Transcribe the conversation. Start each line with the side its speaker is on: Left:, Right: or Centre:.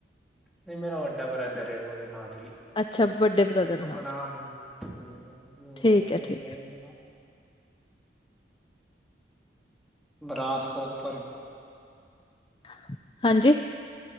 Centre: ਨਹੀ ਮੇਰਾ ਵੱਡਾ ਬਰਦਰ ਏ ਉਹਦੇ ਨਾਲ ਈ।
Left: ਅੱਛਾ
Centre: <unintelligible>
Left: ਵੱਡੇ ਬ੍ਰਦਰ ਨਾਲ ਠੀਕ ਹੈ, ਠੀਕ ਹੈ,
Centre: ਬਰਾਸਕੋ ਉੱਪਰ।
Left: ਹ ਹਾਂਜੀ?